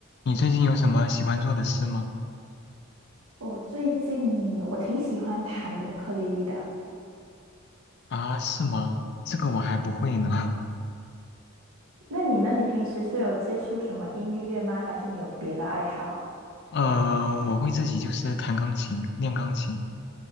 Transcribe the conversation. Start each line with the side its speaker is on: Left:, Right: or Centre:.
Left: 你最近有什么喜欢做的事吗？
Right: 我最近我挺喜欢弹乌克丽丽的。
Left: 啊，是吗？这个我还不会呢。
Right: 那你呢？你平时是有接触什么音乐吗？还是你有别的爱好？
Left: <laughs> 呃，我会自己就是弹钢琴，练钢琴。